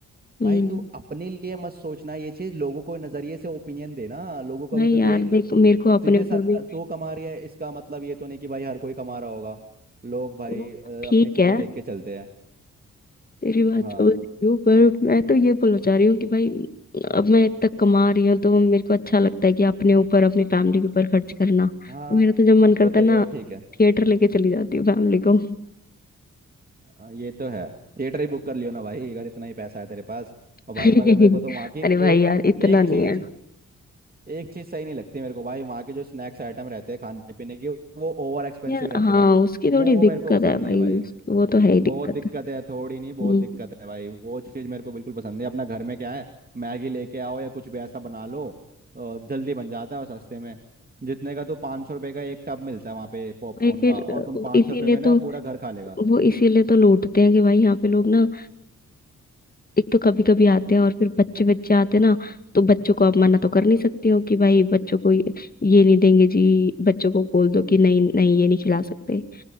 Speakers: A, on the left; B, on the right.
A: हम्म,
B: भाई तू अपने लिए मत सोचना ये चीज लोगों को नजरिए से ओपिनियन देना लोगों को
A: भाई
B: भी तो
A: यार
B: देख
A: देख मेरे को अपने
B: तुझे
A: ऊपर
B: सा
A: भी
B: तू कमा रही है इसका मतलब ये तो नहीं कि भाई हर कोई कमा रहा होगा लोग भाई
A: वो
B: अ,
A: ठीक
B: अपनी चीजें
A: है
B: देख के चलते हैं
A: तेरी बात
B: हाँ
A: समझ रही हूँ पर मैं तो ये बोलना चाह रही हूँ कि भाई अब मैं इतना कमा रही हूँ तो मेरे को अच्छा लगता है कि अपने ऊपर अपनी फैमिली के ऊपर खर्च करना
B: हाँ
A: तो मेरा तो जब मन करता
B: वो तेरी
A: है ना
B: बात ठीक है
A: थिएटर लेके चली जाती हूँ फैमिली को
B: अ, ये तो है थिएटर ही बुक कर लियो ना भाई अगर इतना ही पैसा है तेरे पास और
A: <laughs>
B: भाई मगर मेरे को तो वहाँ की
A: अरे भाई
B: एक
A: यार इतना
B: एक
A: नहीं
B: चीज
A: है
B: एक चीज सही नहीं लगती मेरे को भाई वहाँ के जो स्नैक्स आइटम रहते हैं खाने पीने के वो ओवर एक्सपेंसिव
A: यार
B: रहते
A: हाँ
B: हैं भाई
A: उसकी थोड़ी
B: वो वो
A: दिक्कत
B: मेरे को पसंद
A: है भाई
B: नहीं है भाई
A: उसकी- वो तो है ही दिक्कत
B: बहुत दिक्कत है थोड़ी नहीं बहुत
A: हम्म,
B: दिक्कत है भाई वो चीज़ मेरे को बिल्कुल पसंद है अपना घर में क्या है मैगी लेके आओ या कुछ भी ऐसा बना लो अ, जल्दी बन जाता है और सस्ते में जितने का तो पाँच सौ रुपये का एक टब मिलता है वहाँ पे पॉपकॉर्न
A: भाई फिर
B: का और
A: अ,
B: तुम पाँच
A: इसीलिए
B: सौ रुपये में
A: तो
B: ना पूरा घर खा लेगा
A: वो इसीलिए तो लूटते हैं कि भाई यहाँ पे लोग ना एक तो कभी कभी आते हैं और फिर बच्चे बच्चे आते हैं ना तो बच्चों को आप मना तो कर नहीं सकती हो कि भाई बच्चों को ये ये नहीं देंगे जी बच्चों को बोल दो कि नहीं नहीं ये नहीं खिला सकते